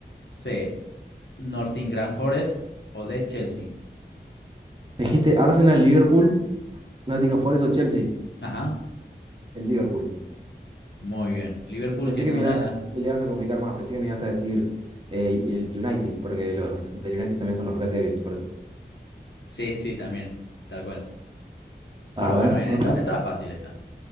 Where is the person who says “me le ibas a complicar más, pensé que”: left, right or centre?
Right